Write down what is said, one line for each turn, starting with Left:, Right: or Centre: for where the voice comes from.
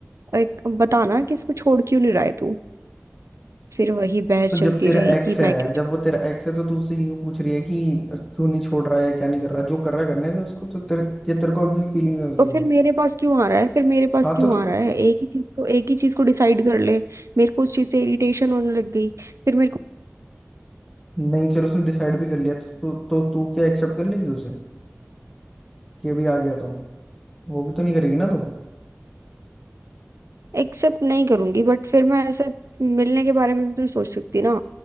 Right: एक बताना कि इसको छोड़ क्यों नहीं रहा है तू फिर वही बहस
Centre: तो
Right: चलती
Centre: जब तेरा
Right: रही
Centre: एक्स
Right: कि
Centre: है
Right: मैं क्यों
Centre: जब
Right: छोड़ू
Centre: वो तेरा एक्स है तो तू उससे ये पूछ रही है कि क्यों नहीं छोड़ रहा है या क्या नहीं कर रहा है जो कर रहा है करने दे उसको तो तेरे ये तेरे को अभी भी फीलिंग है उसके
Right: तो
Centre: लिए
Right: फिर मेरे पास क्यों आ रहा है फिर मेरे पास
Centre: हाँ
Right: क्यों
Centre: तो, तो
Right: आ रहा है एक ही चीज को एक ही चीज को डिसाइड कर ले मेरे को उस चीज से इरिटेशन होने लग गई फिर मेरे को
Centre: नहीं चलो उसने डिसाइड भी कर लिया तो तो, तो तू क्या एक्सेप्ट कर लेगी उसे कि अभी आ गया तो वो भी तो नहीं करेगी ना तू
Right: एक्सेप्ट नहीं करूंगी बट फिर मैं ऐसे मिलने के बारे में भी तो सोच सकती ना